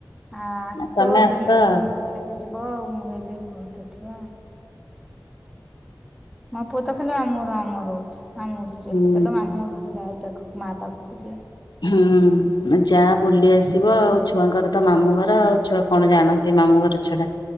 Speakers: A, in the centre; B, on the left.
A: ଆ ଆସ
B: ତମେ
A: ଛ
B: ଆସ
A: ଦିନେ ଦି
B: ଆଉ।
A: ଦିନେ ବୁଲିକି ଯିବ ଆଉ ମୁଁ କହିଲି ହଉ ବାଆ ମୋ ପୁଅ ତ ଖାଲି ମାମୁଁର ମାମୁଁ ର ହୋଉଛି। ମାମୁଁ ଗରୁ ଯିବା
B: ହୁଁ
A: ଚାଲ ମାମୁଁ ଘରୁ ଯିବା ଆ ପାଖ ମାଆ ପାଖକୁ ଯିବା।
B: ହୁଁ ଯା ବୁଲି ଆସିବ ଆଉ ଛୁଆଙ୍କର ତ ମାମୁଁ ଘର ଆଉ ଛୁଆ କଣ ଜାଣନ୍ତି ମାମୁଁ ଘର ଛଡା।